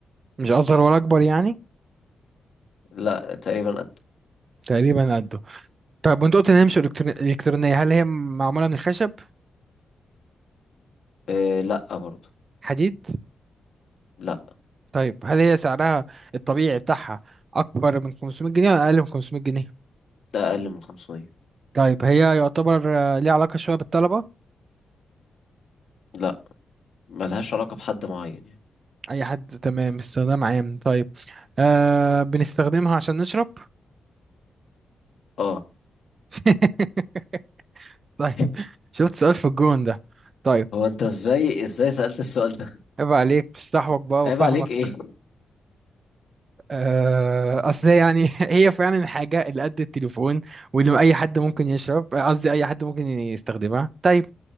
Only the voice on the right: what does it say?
مش اصغر ولا اكبر يعني
تقريبا قده طيب وانت قلت ان هي مش إلكترو- الكترونيه هل هي معموله من خشب
حديد
طيب هل هي سعرها الطبيعي بتاعها أكبر من 500 جنيه ولا أقل من 500 جنيه؟
طيب هي يعتبر آه، ليها علاقة شوية بالطلبة
أي حد تمام استخدام عام طيب آه بنستخدمها عشان نشرب
<laughs> طيب
شفت سؤال في الجون ده طيب
عيب عليك بستحوك بقى
وفاهمك
آه أصل هي يعني <laughs> هي فعلا الحاجة اللي قد التليفون واللي أي حد ممكن يشرب قصدي أي حد ممكن يستخدمها طيب